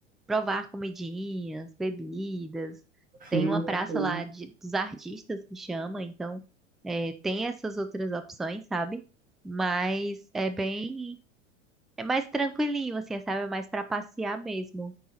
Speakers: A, in the centre; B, on the right.
A: provar comidinhas, bebidas.
B: Sim,
A: Tem uma praça
B: Eu sei.
A: lá de, dos artistas que chama, então é, tem essas outras opções, sabe? Mas é bem. É mais tranquilinho, assim, sabe? É mais pra passear mesmo.